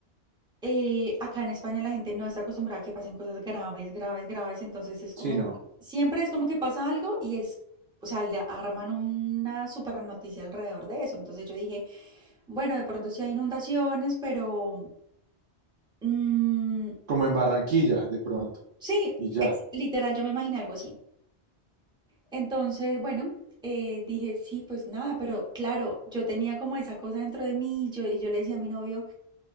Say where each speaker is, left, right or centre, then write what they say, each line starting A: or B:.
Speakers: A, in the centre; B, on the right.
A: Eh, acá en España la gente no está acostumbrada a que pasen cosas graves, graves, graves, entonces es como
B: sí, no.
A: que siempre es como que pasa algo y es, o sea, le arman una super noticia alrededor de eso. Entonces yo dije, bueno, de pronto sí hay inundaciones, pero mm,
B: Como en Barranquilla, de pronto,
A: sí,
B: y ya.
A: ex- literal, yo me imaginé algo así. Entonces, bueno, eh, dije, sí, pues nada, pero claro, yo tenía como esa cosa dentro de mí, yo, y yo le decía a mi novio,